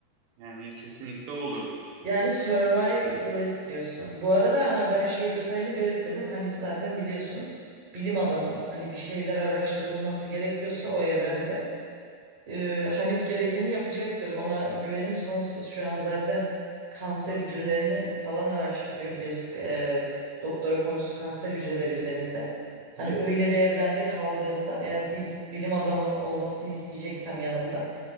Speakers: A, on the right; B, on the right.
A: Yani kesinlikle o olurdu.
B: Yani survivalist diyorsun. Bu arada ha, ben şey detayını belirtmedim. Hanif zaten biliyorsun. Bilim adamı. Hani bir şeyler araştırılması gerekiyorsa o evrende. Ee, Hanif gerekeni yapacaktır. Ona güvenim sonsuz. Şu an zaten kanser hücrelerini falan araştırıyor biliyorsun. e, doktora konusu kanser hücreleri üzerinde. Hani
A: Hı
B: öyle bir evrende kaldığımda eğer bil- bilim adamı olmasını isteyeceksem yanımda